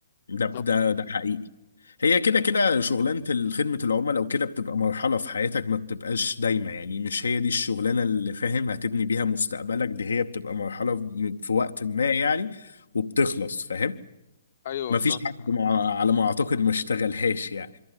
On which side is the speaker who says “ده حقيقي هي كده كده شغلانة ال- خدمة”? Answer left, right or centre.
Left